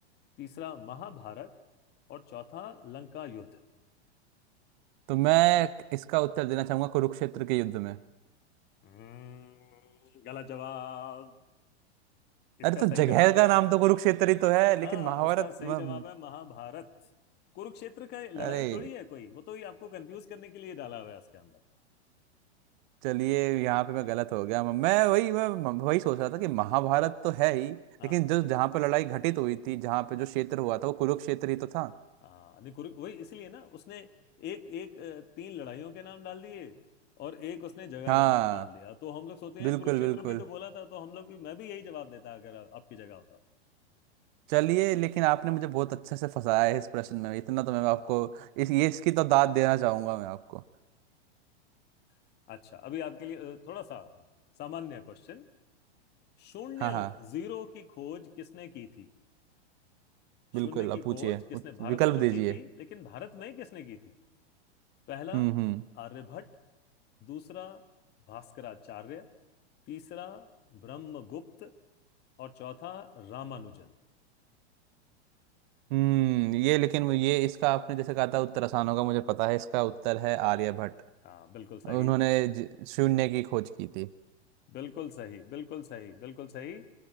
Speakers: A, on the left (about 30°); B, on the right (about 45°).
A: तीसरा महाभारत और चौथा लंका युद्ध
B: तो मैं इसका उत्तर देना चाहूंगा कुरुक्षेत्र के युद्ध में
A: हम्म, गलत जवाब इसका
B: अरे
A: सही
B: तो जगह
A: जवाब
B: का
A: है
B: नाम तो कुरुक्षेत्र ही तो है लेकिन
A: हाँ
B: महाभारत
A: उसका सही
B: म-
A: जवाब है महाभारत कुरुक्षेत्र का लड़ाई
B: अरे
A: थोड़ी है कोई वो तो ये आपको कंफ्यूज करने के लिए डाला हुआ है उसके अंदर
B: चलिए यहाँ पे मैं गलत हो गया मैं वही मैं वही सोच रहा था कि महाभारत तो है ही
A: हाँ
B: लेकिन जो जहाँ पे लड़ाई घटित हुई थी जहाँ पे जो क्षेत्र हुआ था वो कुरुक्षेत्र ही तो था
A: हाँ नहीं कुरु वही इसलिए ना उसने एक एक अ, तीन लड़ाइयों के नाम डाल दिए और एक उसने जगह
B: हाँ
A: का नाम डाल दिया तो हम लोग सोचते
B: बिल्कुल
A: हैं कुरुक्षेत्र
B: बिल्कुल
A: में ही तो बोला था तो हम लोग भी मैं भी यही जवाब देता अगर आपकी जगह होता तो
B: चलिए लेकिन आपने मुझे बहुत अच्छे से फंसाया है इस प्रश्न में इतना तो मैं आपको इस ये इसकी तो दाद देना चाहूंगा मैं आपको
A: <laughs> अच्छा अभी आपके लिए अ, थोड़ा सा सामान्य क्वेश्चन शून्य
B: हाँ हाँ
A: जीरो की खोज किसने की थी?
B: बिल्कुल
A: शून्य की
B: आप
A: खोज
B: पूछिए
A: किसने
B: उत-
A: भारत
B: विकल्प
A: ने तो की
B: दीजिए
A: थी लेकिन भारत में किसने की थी पहला
B: हम्म हम्म
A: आर्यभट्ट दूसरा भास्कराचार्य तीसरा ब्रह्मगुप्त और चौथा रामानुजन
B: हम्म ये लेकिन वो- ये इसका आपने जैसे कहा था उत्तर आसान होगा मुझे पता है इसका उत्तर है आर्यभट्ट
A: हाँ बिल्कुल सही
B: उन्होंने ज- शून्य की खोज की थी
A: बिल्कुल सही बिल्कुल सही बिल्कुल सही